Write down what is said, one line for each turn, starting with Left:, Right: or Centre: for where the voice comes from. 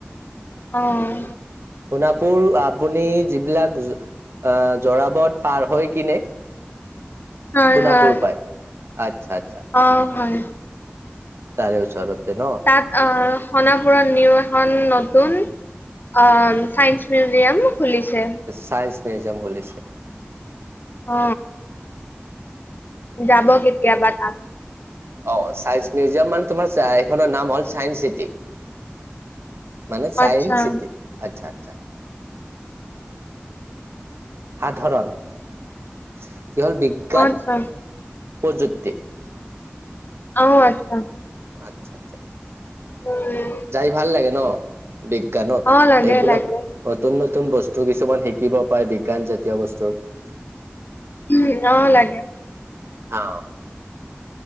Left: অ'।
Right: সোণাপুৰ, আপুনি যিবিলাক আ, যোৰাবাট পাৰ হৈ কিনে।
Left: হয়
Right: সোণাপুৰ
Left: হয়।
Right: পায় আচ্ছা আচ্ছা
Left: অ' হয়,
Right: তাৰে ওচৰতে ন
Left: তাত আহ শোণাপুৰত নিউ এখন নতুন অ চাইন্স মিউজিয়াম। খুলিছে।
Right: চাইন্স মিউজিয়াম খুলিছে।
Left: অ যাব কেতিয়াবা তাত।
Right: অ চাইন্স মিউজিয়াম মানে তোমাৰ এইখনৰ নাম হ'ল চায়ন্স চিটি। মানে চাইন
Left: আচ্ছা
Right: চিটি আচ্ছা আচ্ছা। সাধাৰণ। কি হ'ল বিজ্ঞান
Left: অ আচ্ছা
Right: পজুতি
Left: অহঁ আচ্ছা।
Right: আচ্ছা আচ্ছা।
Left: উম
Right: যাই ভাল লাগে ন বিজ্ঞানত
Left: অ লাগে
Right: এইবিলাক
Left: লাগে
Right: নতুন নতুন নতুন বস্তু কিছুমান শিকিব পায় বিজ্ঞান জাতীয় বস্তু।
Left: উ অ লাগে।
Right: অ